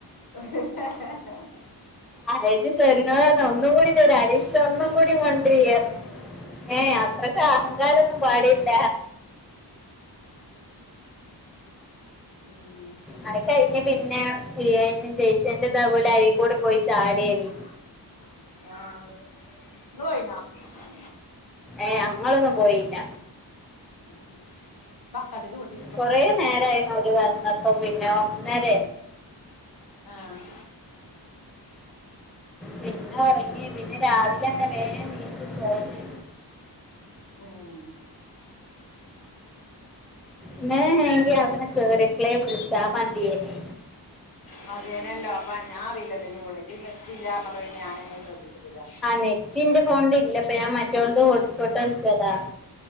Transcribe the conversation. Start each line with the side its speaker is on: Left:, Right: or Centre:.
Left: ഉം
Centre: അതിന് ചെറിനോട് <unintelligible> ഒന്നൂടെനോരു അരീഷ് സ്വണ്ണം കൂടിം കൊണ്ടരീന്ന് ഏഹ അത്രക്ക അഹങ്കാരൊന്നും പാടില്ല
Left: ഉം
Centre: അത് കഴിഞ്ഞ് പിന്നെ ജയ്ച്ചേന്റെ താപോലെ അര കൂടെ പോയി ചാടിയനി
Left: ആഹാ നിങ്ങള് പോയിനാ
Centre: ഏയ് അഞങ്ങളൊന്നും പോയില്ല
Left: ഉം ബാ കടക്ക് കൊടി
Centre: കൊറെ നേരയിന അവര് വന്നപ്പോ പിന്നെ ഒന്നേര
Left: ആഹ്
Centre: പിന്നെ ഉറങ്ങി പിന്നെ രാവിലെ തന്നെ വേഗം നീച്ചി പോന്നെ
Left: ഉം
Centre: ഇങ്ങനെങ്കിൽ അവിടെ കേറിയപ്പളെ വിളിച്ച മതിയെന്നു
Left: മതിനല്ലോ അപ്പൊ ഞാനറിയില്ല ഇജ് പോണ് നെറ്റില്ലാന്ന് പറഞ്ഞപ്പോ ഞാനന്നെ ശ്രദ്ധിച്ചിട്ടില്ല
Centre: നെറ്റിന്റെ ഫോണി ഇല്ലപ്പ ഞാ മറ്റോ ഹോട്ട്സ്പോട്ട് കളിച്ചതാ